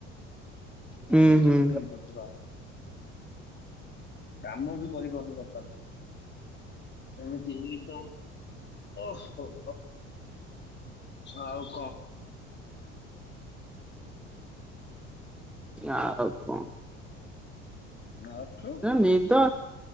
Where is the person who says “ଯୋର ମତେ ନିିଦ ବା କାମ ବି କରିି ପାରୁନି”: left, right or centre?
Left